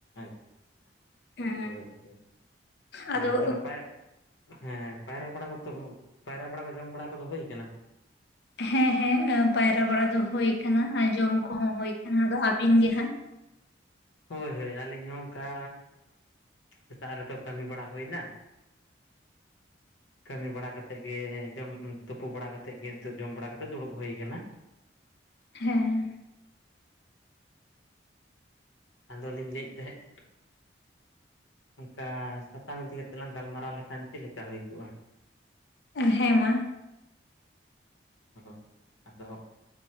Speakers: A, on the left; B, on the left.
A: ᱟᱪᱪᱷᱟ ᱟᱪᱪᱷᱟ,
B: ᱦᱮᱸ
A: ᱦᱳᱭ ᱦᱳᱭ
B: ᱟᱫᱚ
A: ᱟᱨ ᱛᱟᱦᱞᱮ ᱯᱟᱭ ᱦᱮᱸ, ᱯᱟᱭᱨᱟ ᱵᱟᱲᱟ ᱠᱚᱫᱚ ᱯᱟᱭᱨᱟ ᱠᱚ ᱡᱚᱢ ᱵᱟᱲᱟ ᱠᱚᱫᱚ ᱦᱩᱭ ᱠᱟᱱᱟ?
B: ᱦᱮᱸ ᱦᱮᱸ, ᱯᱟᱭᱨᱟ ᱵᱟᱲᱟ ᱫᱚ ᱦᱳ ᱟᱠᱟᱱᱟ ᱡᱚᱢ ᱠᱚᱦᱚᱸ ᱦᱳᱭ ᱠᱟᱱᱟ᱾ ᱟᱫᱚ ᱟᱹᱵᱤᱱ ᱜᱮ ᱦᱟᱸᱜ?
A: ᱦᱳᱭ ᱦᱳᱭ ᱟᱹᱞᱤᱧ ᱦᱚᱸ ᱚᱝᱠᱟ ᱥᱮᱛᱟᱜ ᱨᱮᱫᱚ ᱠᱟᱹᱢᱤ ᱵᱟᱲᱟ ᱦᱩᱭᱱᱟ ᱠᱟᱹᱢᱤ ᱵᱟᱲᱟ ᱠᱟᱛᱮᱜ ᱜᱮ ᱡᱚᱢ ᱛᱩᱯᱩ ᱵᱟᱲᱟ ᱠᱟᱛᱮᱜ ᱜᱮ ᱱᱤᱛᱳᱜ ᱡᱚᱢ ᱵᱟᱲᱟ ᱠᱟᱛᱮᱜ ᱫᱩᱲᱩᱵ ᱦᱩᱭ ᱟᱠᱟᱱᱟ᱾
B: ᱦᱮᱸ
A: ᱟᱫᱚᱞᱤᱧ ᱞᱟᱹᱭᱮᱫ ᱛᱟᱦᱮᱸᱫ ᱚᱱᱠᱟ ᱥᱟᱛᱟᱢ ᱤᱫᱤ ᱠᱟᱛᱮᱜ ᱞᱟᱝ ᱜᱟᱞᱢᱟᱨᱟᱣ ᱞᱮᱠᱷᱟᱱ ᱪᱮᱫ ᱞᱮᱠᱟ ᱦᱩᱭ ᱠᱚᱜᱼᱟ᱾
B: ᱦᱮᱸ ᱢᱟ
A: ᱚ ᱟᱫᱚ